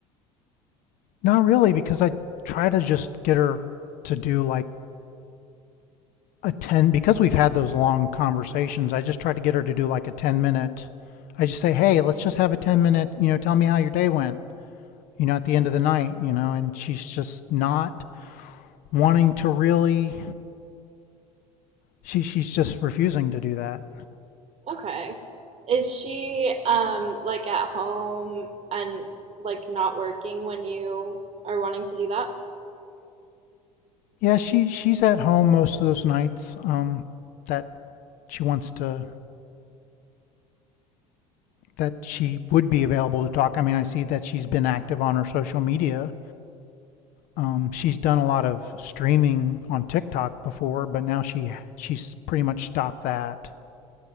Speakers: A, on the left; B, on the right.
A: not really because I try to just get her to do like a 10 because we've had those long conversations. I just try to get her to do like a 10 minute I just say, "Hey, let's just have a 10 minute, you know, tell me how your day went." you know, at the end of the night, you know, and she's just not wanting to really she she's just refusing to do that.
B: Okay. Is she um like at home and like not working when you are wanting to do that?
A: Yeah, she she's at home most of those nights um that she wants to that she would be available to talk. I mean, I see that she's been active on her social media. Um, she's done a lot of streaming on TikTok before, but now she she's pretty much stopped that.